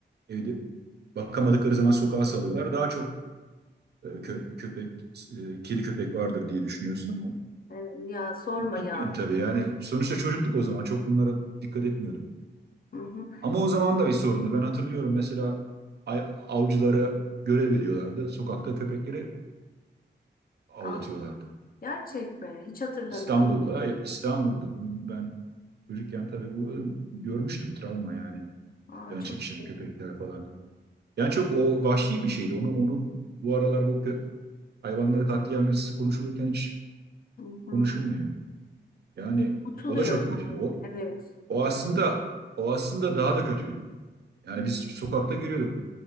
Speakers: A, on the right; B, on the left.
A: evde bakamadıkları zaman sokağa salıyorlar. Daha çok e, kö- köpek, e, kedi köpek vardır diye düşünüyorsun ama
B: Evet, ya sorma
A: Bilmiyorum
B: ya.
A: tabii yani sonuçta çocuktuk o zaman çok bunlara dikkat etmiyorduk.
B: Hı hı.
A: Ama o zaman da bir sorundu. Ben hatırlıyorum mesela ay- avcılara görev veriyorlardı. Sokakta köpekleri avlatıyorlardı.
B: Aa, gerçek mi? Hiç hatırlamıyorum.
A: İstanbul'da, e, İstanbul'da. Ben çocukken tabii bu görmüştüm travma yani.
B: Aa,
A: Can
B: çok
A: çekişen
B: kötü.
A: köpekler falan. Yani çok o vahşi bir şeydi. Onu onu bu aralar bu kö- hayvanları katliam yasası konuşulurken hiç
B: Hı hı.
A: konuşulmuyor. Yani
B: Unutuluyor
A: o da çok kötüydü.
B: yani.
A: O
B: Evet.
A: o aslında o aslında daha da kötüydü. Yani biz sokakta görüyorduk.